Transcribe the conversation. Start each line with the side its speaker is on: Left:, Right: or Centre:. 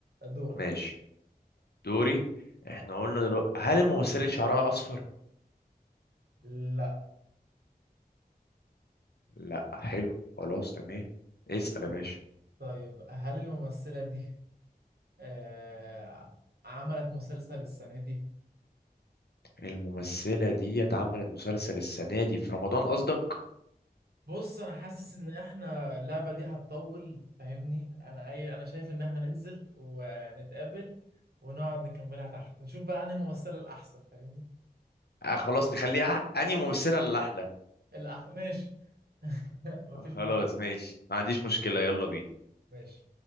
Right: دورك
Left: ماشي دوري احنا
Right: آه.
Left: قلنا دلوقتي هل الممثلة دي شعرها اصفر
Right: لا
Left: لا حلو خلاص تمام اسأل يا باشا
Right: طيب هل الممثلة دي آه عملت مسلسل السنة دي
Left: الممثلة دي اتعملت مسلسل السنة دي في رمضان قصدك؟
Right: بص انا حاسس ان احنا اللعبه دي هتطول فاهمني انا اي انا شايف ان احنا ننزل ونتقابل ونقعد نكملها تحت نشوف بقى انهي ممثله الاحسن فاهمني
Left: آه خلاص نخليها أنهي ممثلة اللي أحلى
Right: الأح... ماشي <laughs> مفيش
Left: خلاص
Right: مشكله
Left: ماشي ما عنديش مشكلة يلا بينا
Right: ماشي